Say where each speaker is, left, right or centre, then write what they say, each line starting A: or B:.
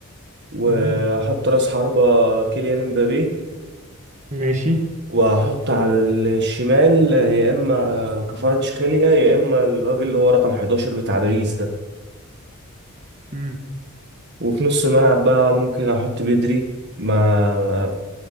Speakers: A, on the right; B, on the right.
A: وهحط
B: امم
A: راس حربة كيليان امبابي
B: ماشي
A: وهحط على الشمال آه، يا اما كفاراتشخيليا يا اما الراجل اللي هو رقم 11 بتاع باريس ده
B: امم
A: وفي نص الملعب بقى ممكن احط بدري مع